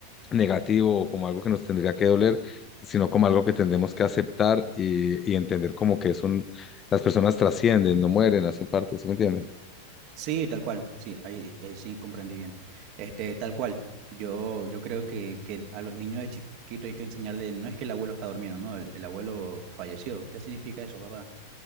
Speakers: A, on the left; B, on the right.
A: negativo o como algo que nos tendría que doler, sino como algo que tendremos que aceptar y, y entender como que es un, las personas trascienden, no mueren, hacen parte, ¿sí me entiende?
B: Sí, tal cual. Sí, ahí, ahí sí comprendí bien. Este, tal cual. Yo, yo creo que, que a los niños de chiquito hay que enseñarle, no es que el abuelo está durmiendo, no, el, el abuelo falleció. ¿Qué significa eso, papá?